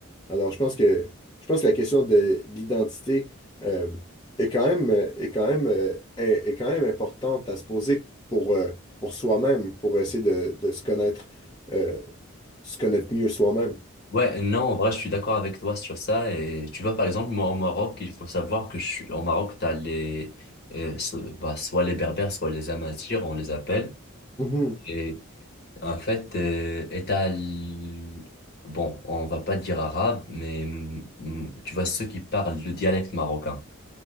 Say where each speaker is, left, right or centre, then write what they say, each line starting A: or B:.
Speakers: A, on the left; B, on the left.
A: Alors, je pense que, je pense que la question de l'identité. euh, est quand même, euh, est quand même, euh, est, est quand même importante à se poser pour, euh, pour soi-même, pour essayer de, de se connaître, euh, se connaître mieux soi-même.
B: Ouais, non, en vrai, je suis d'accord avec toi sur ça. Et tu vois, par exemple, moi, au Maroc, il faut savoir que je suis, au Maroc, t'as les, euh, so- bah, soit les Berbères, soit les Amazighs, on les appelle.
A: Mhm.
B: Et en fait, euh, et t'as l- bon, on va pas dire arabe, mais mm, mm, tu vois, ceux qui parlent le dialecte marocain.